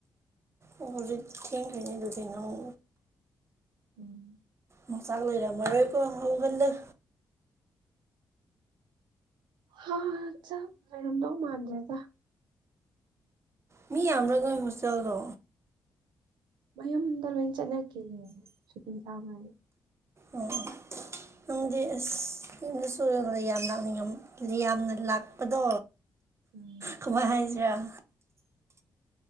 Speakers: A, on the right; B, on the right.
A: ꯑꯣ ꯍꯧꯖꯤꯛ ꯊꯦꯡꯈ꯭ꯔꯅꯤ ꯂꯨꯗꯤꯅ‌ꯣ
B: ꯎꯝ
A: ꯃꯆꯥꯛ ꯂꯩꯔꯝꯃꯔꯣꯏꯀꯣ ꯍꯧꯒꯠꯂꯣ
B: ꯍ ꯆꯥꯛ ꯂꯩꯔꯝꯗꯧ ꯃꯥꯟꯗ꯭ꯔ‌ꯦꯗ
A: ꯃꯤ ꯌꯥꯝꯕ꯭ꯔ‌ꯣ ꯅꯣꯏ ꯍꯣꯁꯇꯦꯜꯗꯣ
B: ꯃꯌꯨꯝꯗ ꯂꯣꯏꯅ ꯆꯠꯅꯈꯤꯅ‌ꯦ ꯁꯨꯇꯤ ꯊꯥꯕꯩ
A: ꯑꯣ ꯑꯣ ꯅꯪꯗꯤ ꯑꯁ ꯌꯨꯝꯗ ꯁꯨ ꯌꯥꯝ ꯂꯥꯛꯅꯤꯡꯑꯝ ꯌꯥꯝꯅ ꯂꯥꯛꯄꯗꯣ
B: ꯎꯝ
A: ꯀꯃꯥꯏ ꯍꯥꯏꯖꯤꯔꯥ